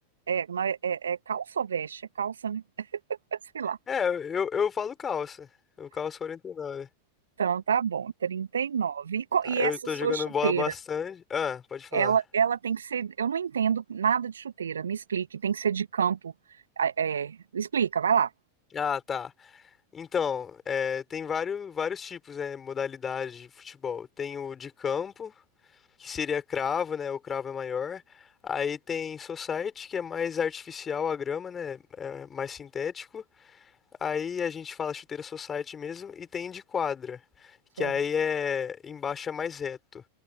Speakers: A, on the right (about 65°); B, on the left (about 20°).
A: É, não é, é- é calça ou veste? É calça, né? <laughs> Sei lá.
B: É, eu, eu falo calça. Eu calço 49.
A: Então tá bom, 39. E, nove. E, co-
B: Ah,
A: e essa
B: Eu tô
A: sua
B: jogando
A: chuteira?
B: bola bastante. Ah, pode falar.
A: Ela, ela tem que ser. Eu não entendo nada de chuteira. Me explique. Tem que ser de campo. Ah, é, explica, vai lá.
B: Ah, tá. Então, é, tem vários, vários tipos, né, modalidade de futebol. Tem o de campo, que seria cravo, né? O cravo é maior. Aí tem society, que é mais artificial a grama, né? É mais sintético. Aí a gente fala chuteira society mesmo. E tem de quadra, que
A: Certo.
B: aí é embaixo é mais reto.